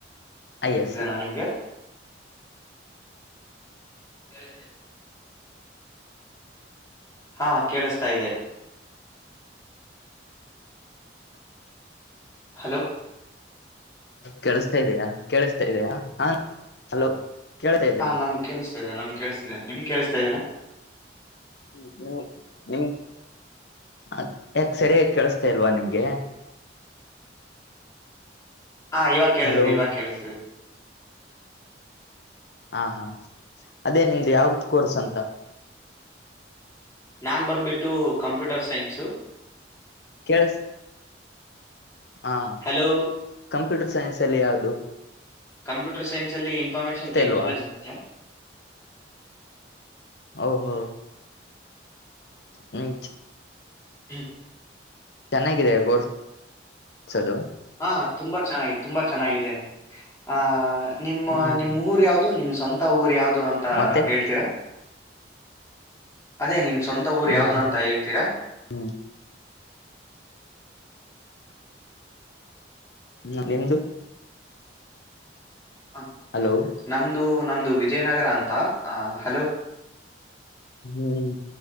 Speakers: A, on the left; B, on the left.
A: ಐ ಎಸ್
B: ಇದನಾ ನಿಮ್ಗೆ ಎಂಟ ಹಾ ಕೇಳಿಸ್ತಾ ಇದೆ ಹಲೋ
A: ಕೆೇಳಿಸತಾ ಇದಯ ಕೆ ಇದೆಯಾ ಹ ಹಲೋ ಕೇಳ್ತಾ ಇದ್ದ
B: ಹಾ ನಮ್ ಕೇಳಿಸ್ತಿದೆ ನಮ್ ಕಿಸ್ತಿದ್ದೇನೆ ನೀನ್ ಕೇಳಸ್ತಾ ಇದ್ದೇನೆ
A: ಹ್ಮ ಹ್ಮ್ ಹ್ಮ್ ಅ ಯಾಕ ಸರಿಯ ಕೇಳಿಸತಾ ಇಲ್ವಾ ನಿಮ್ಗೆ
B: ಹಾ್ ಇವಾಗ ಕೇಳಿಸಿದೆ
A: ಹಲೋ
B: ಇವಾಗ ಕೇಳಿಸತಿದೆ
A: ಹಾ ಹಾ ಅದೇ ನಿಮ್ದು ಯಾವ್ದ ಕೋರ್ಸ್ ಅಂತ
B: ನಾನ್ ಬಂದ್ಬಿಟ್ಟು ಕಂಪ್ಯೂಟರ್ ಸೈನ್ಸ
A: ಕೆಳ್ಸ ಹಾ
B: ಹಲೋ
A: ಕಂಪ್ಯೂಟರ್ ಸೈನ್ಸ್ ಅಲ್ಲಿ ಯಾವುದು
B: ಕಂಪ್ಯೂಟರ್ ಸೈನ್ಸ ಅಲ್ಲಿ ಇನ್ಫಾರ್ಮೇಶನ್ ಟೆಕ್ನಾಲಜಿ
A: ಇಲ್ವಾ
B: ಅಂತದ
A: ಓ ಹೋ ಹ್ಮ
B: ಹ್ಮ
A: ಚೆನ್ನಾಗಿದೆ ಕೋರ್ಸ್ ಕೋಸದು
B: ಹಾ ತುಂಬಾ ಚೆನ್ನ ತುಂಬಾ ಚೆನ್ನಾಗಿದೆ ಆ ನಿಮ್ಮ
A: ಹ್ಮ್
B: ನಿಮ್ಮ ಊರು ಯಾವವು್ದು ನಿಮ್ಮ್ ಸ್ವಂತ ಊರು ಯಾವವು್ದ ಅಂತ
A: ಮತ್ತೆ
B: ಹೇಳ್ತೀರಾ ಅದೇ ನಿಮ್ ಸ್ವಂತ ಊರ್
A: ಹ್ಮ್
B: ಯಾವ್ದ ಅಂತ ಹೇಳ್ತೀರಾ
A: ಹ್ಮ್ ಹ್ಮ್ ನಿ್ದು
B: ಹ
A: ಹಲೋ
B: ನಮ್ದು ನಮ್ದ ಇದು ವಿಜಯನಗರ ಅಂತ ಹಲೋ
A: ಹ್ಮ್